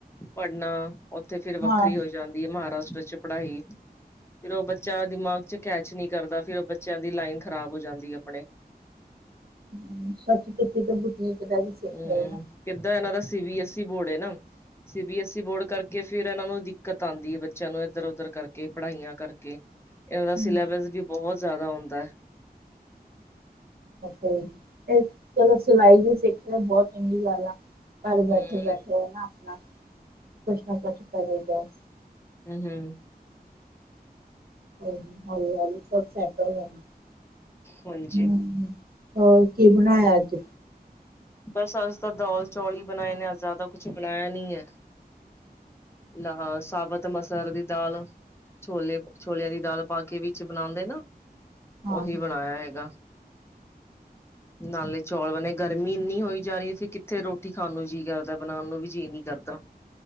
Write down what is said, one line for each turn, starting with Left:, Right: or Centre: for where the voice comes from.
Left: ਪੜ੍ਹਨਾ ਓਥੇ ਫੇਰ
Right: ਹਾਂ
Left: ਵੱਖਰੀ ਹੋ ਜਾਂਦੀ ਐ ਮਾਰਾਸ਼ਟਰ 'ਚ ਪੜ੍ਹਾਈ, ਫੇਰ ਓ ਬੱਚਾ ਦਿਮਾਗ 'ਚ ਕੈਚ ਨੀ ਕਰਦਾ, ਫੇਰ ਓ ਬੱਚਿਆਂ ਦੀ ਲਾਈਨ ਖ਼ਰਾਬ ਹੋ ਜਾਂਦੀ ਆਪਣੇ।
Right: ਹੂੰ ਸੱਚੀ ਤੁਸੀਂ ਤਾਂ ਬੁਟੀਕ ਦਾ ਵੀ ਸਿੱਖ
Left: ਹਮ
Right: ਰਏ ਨਾ।
Left: ਕਿੱਦਾਂ ਏਨਾਂ ਦਾ ਸੀ-ਬੀ-ਐਸ-ਈ ਬੋਡ ਏ ਨਾ। ਸੀ-ਬੀ-ਐਸ -ਈ ਬੋਰਡ ਕਰਕੇ ਫੇਰ ਏਨਾਂ ਨੂੰ ਦਿੱਕਤ ਆਂਦੀ, ਬੱਚਿਆਂ ਨੂੰ ਏਧਰ-ਓਧਰ ਕਰਕੇ ਪੜ੍ਹਾਈਆਂ ਕਰਕੇ। ਏਨਾ ਦਾ
Right: ਹਮ।
Left: ਸਿਲੇਬਸ ਵੀ ਬੋਹਤ ਜ਼ਾਦਾ ਹੁੰਦਾ।
Right: ਓਕੇ ਏ ਚਲੋ ਸਿਲਾਈ ਵੀ ਸਿੱਖ ਲੇ ਬੋਤ ਚੰਗੀ ਗੱਲ ਆ। ਘਰ ਬੈਠੇ
Left: ਹਮ
Right: ਬੈਠੇ ਓ ਨਾ ਆਪਣਾ ਕੁਛ ਨਾ ਕੁਛ ਕਰੇ ਬਸ।
Left: ਊੰ ਹੂੰ।
Right: ਕੋਈ ਗਲ ਨੀ ਹੋਲੀ ਹੋਲੀ ਸਭ ਸੈਟ ਹੋ ਜਾਣਾ।
Left: ਹਾਂਜੀ
Right: ਹੂੰ ਹੋਰ ਕੀ ਬਣਾਇਆ ਅੱਜ।
Left: ਬਸ ਅੱਜ ਤਾਂ ਦਾਲ ਚੌਲ ਈ ਬਣਾਏ ਨੇ, ਅੱਜ ਜ਼ਾਦਾ ਕੁਛ ਬਣਾਇਆ ਨੀ ਏ। ਲਗਾ ਸਾਬਤ ਮਸਰ ਦੀ ਦਾਲ। ਛੋਲੇ ਛੋਲਿਆਂ ਦੀ ਦਾਲ ਪਾ ਕੇ ਵਿੱਚ ਬਣਾਉਂਦੇ ਨਾ।
Right: ਹਾਂ
Left: ਓਹੀ
Right: ਹਾਂ
Left: ਬਣਾਇਆ ਹੈਗਾ, ਨਾਲੇ ਚੌਲ ਬਣੇ ਗਰਮੀ ਮੀ ਏਨੀ ਹੋਈ ਜਾ ਰੀ ਫਿਰ ਕਿੱਥੇ ਰੋਟੀ ਖਾਣ ਨੂੰ ਜੀਅ ਕਰਦਾ, ਬਣਾਣ ਨੂੰ ਵੀ ਜੀਅ ਨੀ ਕਰਦਾ।